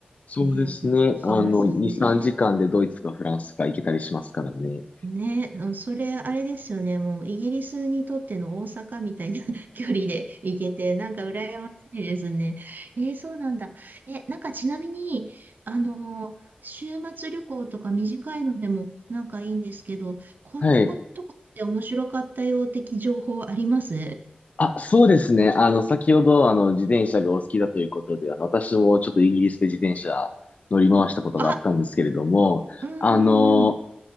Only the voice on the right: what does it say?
ね、なんか聞きますよね。
ね、うんそれ、あれですよね。もう、イギリスにとっての大阪みたいな <laughs> 距離で行けて、なんか羨ましいですね。えーそうなんだ。え、なんかちなみに、あのー週末旅行とか短いのでもなんかいいんですけど、こんなことって面白かったよ的情報あります
あ、うんうんうん。